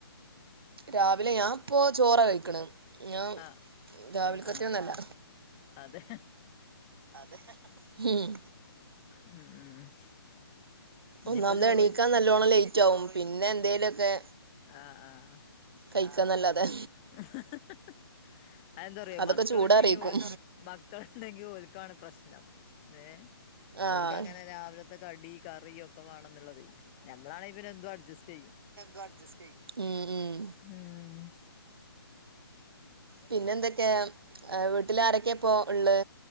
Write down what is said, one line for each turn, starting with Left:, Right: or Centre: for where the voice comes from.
Right: രാവിലെ ഞാൻ പ്പൊ ചോറി കഴിക്കണ്. ഞാൻ
Left: ആഹ് അഹ്ആഹ്
Right: രാവിലക്കത്തെയൊന്നല്ല
Left: അതെ
Right: അതെ ഹും.
Left: ഉം ഉം ഇനിയിപ്പ
Right: ഒന്നാമത്
Left: ചോറ്
Right: എണീക്കാൻ
Left: വെച്ച്
Right: നല്ലോണം ലേറ്റ് ആവും പിന്നെ എന്തേലൊക്കെ?
Left: ആഹ് ആഹ്
Right: കയിക്കാന്നല്ലാതെ
Left: <unintelligible> അതെന്താറിയോ
Right: അതൊക്കെ
Left: മക്കള്ണ്ടെങ്കി
Right: ചൂടറിയിക്കും
Left: ഓൽ മക്കള്ണ്ടെങ്കി ഓൽക്കാണ് പ്രശ്നം ഏഹ്
Right: ആഹ്
Left: ഓര്ക്കങ്ങനെ രാവിലത്തെ കടി കറി ഒക്കെ വാണംന്നുള്ളതെയ് ഞമ്മളാണെങ്കി പിന്നെ എന്തും അഡ്ജസ്റ്റെയ്യും
Right: ബഡ്ജസ്റ്റയ് ഉം ഉം
Left: ഉം....
Right: പിന്നെന്തൊക്കെ ആ വീട്ടില് ആരൊക്കെ പ്പോ ഇളള്